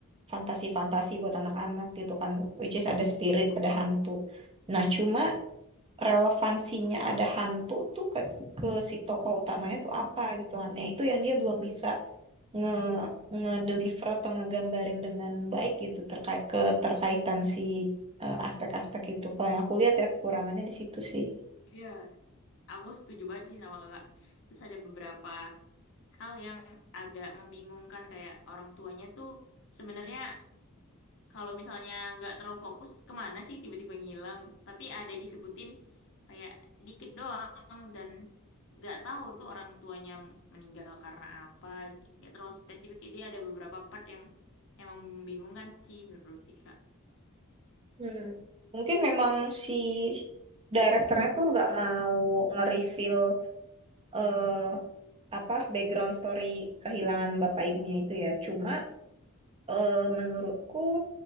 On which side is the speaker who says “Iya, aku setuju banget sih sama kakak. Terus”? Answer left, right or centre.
Left